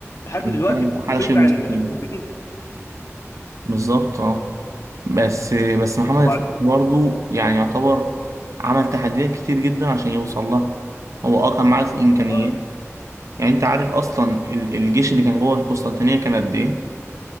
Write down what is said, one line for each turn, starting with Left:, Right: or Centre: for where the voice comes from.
Left: لحد
Right: حاجة
Left: دلوقتي
Right: حاجة
Left: بتوجع
Right: شبه مستحيل
Left: ال- الاوروبيين
Right: بالظبط اه بس بس محمد
Left: وبعد
Right: فتح برضه يعني يعتبر عمل تحديات كتير جدا عشان يوصل لها هو اه كان معاه الإمكانيات
Left: اه
Right: يعني أنت عارف أصلا ال- الجيش اللي كان جوه القسطنطينية كان قد إيه